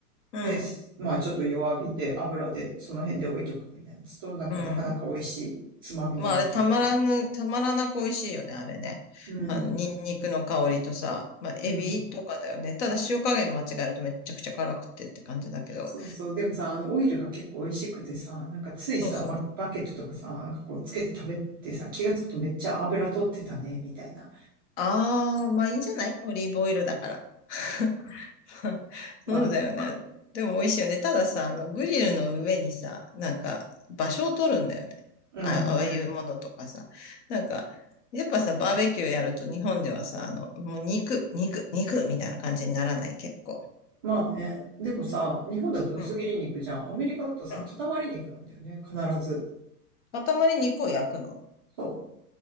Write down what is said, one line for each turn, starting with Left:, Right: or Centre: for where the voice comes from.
Left: うん。
Right: で、まあちょっと弱火で油でその辺で置いとくみたいなやつと、なんかなかなか美味しいつまみが出来上がる。
Left: うん。うんまあ、あれ、たまらぬ、たまらなく美味しいよね、あれね。
Right: うん。
Left: あの、ニンニクの香りとさ、まあ、エビとかだよね。
Right: うん。
Left: ただ、塩加減間違えるとめっちゃくちゃ辛くてって感じだけど。
Right: そうそう。でもさ、あのオイルが結構美味しくてさ、なんかついさ、
Left: そうそう。
Right: バ、バケットとかさ、なんかこうつけて食べてさ、気がつくとめっちゃ油取ってたね、みたいな。
Left: ああ、まあいいんじゃないオリーブオイルだから。<laughs> <laughs> そうだよね。
Right: まあね。
Left: でも美味しいよね。たださ、あの、グリルの上にさ、なんか、場所を取るんだよね。
Right: うん
Left: あ、ああいうものとかさ。なんか、やっぱさ、バーベキューやると日本ではさ、あの、もう肉、肉、肉みたいな感じにならない、結構。
Right: まあね、でもさ、日本だと薄切り肉じゃん。
Left: うん、
Right: アメリカだとさ、
Left: うん。
Right: 塊肉なんだよね、必ず。
Left: 塊肉を焼くの
Right: そ